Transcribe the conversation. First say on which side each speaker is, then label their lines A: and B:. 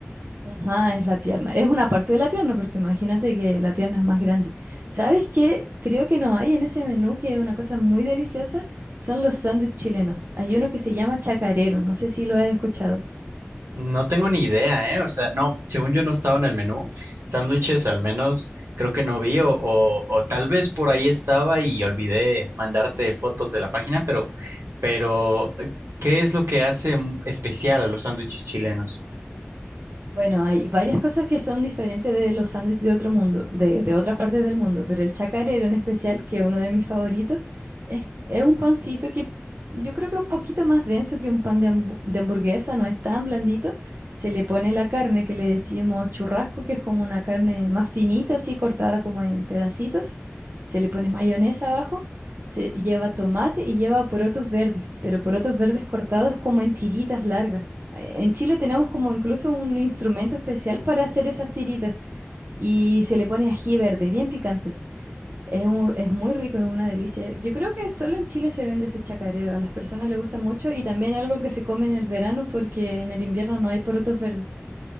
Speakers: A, on the right; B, on the right.
A: Ajá, es la pierna. Es una parte de la pierna, porque imagínate que la pierna es más grande. ¿Sabes qué? Creo que no hay en ese menú, que es una cosa muy deliciosa, son los sándwiches chilenos. Hay uno que se llama chacarero, no sé si lo has escuchado.
B: No tengo ni idea, ¿eh? O sea, no, según yo no estaba en el menú. Sándwiches al menos creo que no vi o, o, o tal vez por ahí estaba y olvidé mandarte fotos de la página, pero, pero, ¿qué es lo que hace mm, especial a los sándwiches chilenos?
A: Bueno, hay varias cosas que son diferentes de los sándwiches de otro mundo, de, de otras partes del mundo, pero el chacarero en especial, que es uno de mis favoritos, es, es un pancito que yo creo que es un poquito más denso que un pan de, hambu- de hamburguesa, no es tan blandito. Se le pone la carne que le decimos churrasco, que es como una carne más finita, así cortada como en pedacitos. Se le pone mayonesa abajo, se lleva tomate y lleva porotos verdes, pero porotos verdes cortados como en tiritas largas. En Chile tenemos como incluso un instrumento especial para hacer esas tiritas y se le pone ají verde, bien picante. Es, un- es muy rico, es una delicia. Yo creo que solo en Chile se vende ese chacarero, a las personas les gusta mucho y también es algo que se come en el verano porque en el invierno no hay porotos verdes.